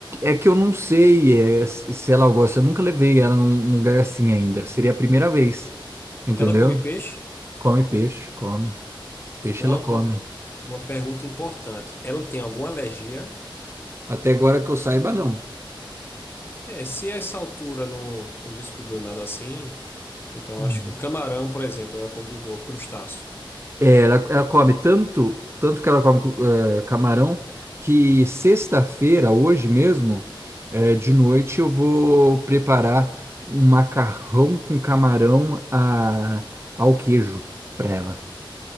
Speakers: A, on the right; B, on the left.
A: é que eu não sei, é, se se ela gosta. Eu nunca levei ela num num lugar assim
B: Ah.
A: ainda. Seria a primeira vez, entendeu?
B: Ela come peixe?
A: Come peixe, come. Peixe
B: Uma,
A: ela come.
B: uma, uma pergunta importante. Ela tem alguma alergia?
A: Até agora que eu saiba, não.
B: É, se essa altura não, não descobriu nada assim, então
A: Hum.
B: acho que o camarão, por exemplo, ela come de boa, crustáceo.
A: É, ela, ela come tanto, tanto que ela come eh, camarão, que sexta-feira, hoje mesmo, eh, de noite, eu vou preparar um macarrão com camarão a, ao queijo para ela,